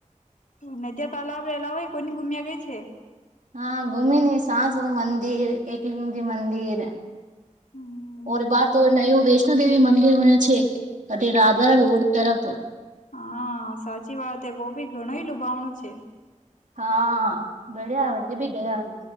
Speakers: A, on the left (about 80°); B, on the right (about 70°).
A: નદીયા તાલાબ રહેલા હોય કોની ગુમ્યા ગઈ છે
B: હા ઘુમી ને શા શું મંદિર એકલિંગજી મંદિર
A: હમ
B: ઓર બહાર તો નયું વૈષ્ણોદેવી મંદિર બન્યું છે રાધરા રોડ તરફ
A: હા સાચી વાત એ બહ ભી ઘણું લુભાવણું છે
B: હા બડ્યા વટે બી ગયા